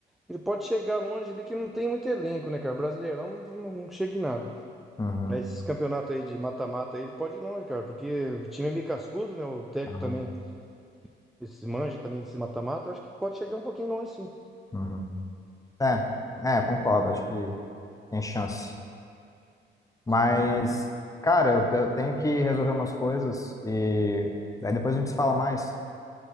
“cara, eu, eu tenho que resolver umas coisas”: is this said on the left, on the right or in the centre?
Left